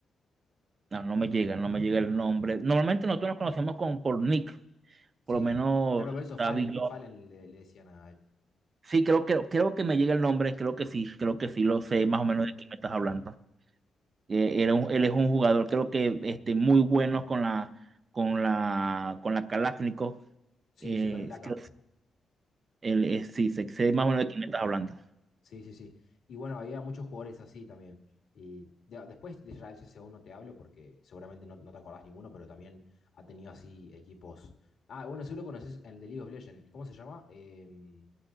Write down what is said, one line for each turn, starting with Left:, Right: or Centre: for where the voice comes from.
Right: No, no me llega, no me llega el nombre. Normalmente nosotros nos conocemos con, por Nick,
Left: Sí,
Right: por lo menos
Left: claro, por eso
Right: está
Left: Fallen,
Right: Beyonder.
Left: Fallen le, le decían a él.
Right: Sí, creo que, creo que me llega el nombre, creo que sí, creo que sí lo sé más o menos de quién me estás hablando. Eh, era un- él es un jugador, creo que este, muy bueno con la, con la, con la Kalashnikov.
Left: Sí,
Right: Eh,
Left: sí, con el AK.
Right: creo- él es- sí, sé, sé más o menos de quién me estás hablando.
Left: Sí, sí, sí. Y bueno, había muchos jugadores así también. Y ya, después de Israel C CSGO no te hablo porque seguramente no, no te acordás ninguno, pero también ha tenido así equipos. Ah, bueno, seguro conoces el de League of Legends. ¿Cómo se llama? Em,